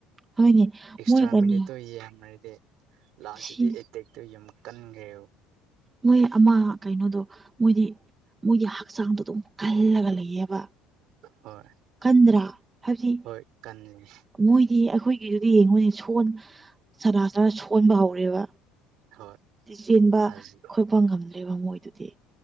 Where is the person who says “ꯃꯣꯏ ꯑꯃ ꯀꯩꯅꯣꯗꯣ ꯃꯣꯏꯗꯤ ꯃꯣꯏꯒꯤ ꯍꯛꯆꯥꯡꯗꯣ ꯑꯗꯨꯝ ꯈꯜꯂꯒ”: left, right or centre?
Right